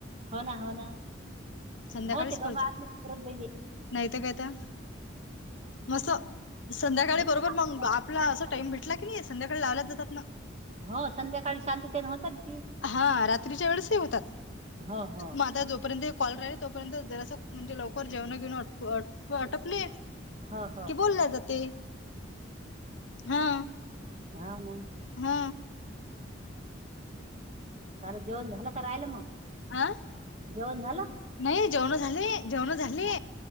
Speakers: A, on the right (about 35°); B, on the left (about 75°).
A: हो ना हो ना
B: संध्याकाळीच
A: हो ते ग
B: कर
A: म
B: जा
A: परत ब....
B: नाही तर काय तर मस्त संध्याकाळी
A: हे
B: बरोबर
A: तर चांगलं
B: मग आपला
A: आहे.
B: अस टाइम भेट.... लगेच संध्याकाळ लावला जात ना.....
A: हो संध्याकाळी सात ते नऊ होतात ती...
B: हा रात्रीच्या वेळेस होतात
A: हो हो
B: मग आता जोपर्यंत.... कॉल राहि तो पर्यंत जरास म्हणजे लवकर जेवण घेऊन आटपले....
A: हो हो
B: कि बोलला ते हा....
A: हा ना....
B: हा.....
A: सारं जेवण झालं का राहिलं मग...
B: आं.....
A: जेवण झालं.....
B: नाही जेवण झाले जेवण झाले
A: हा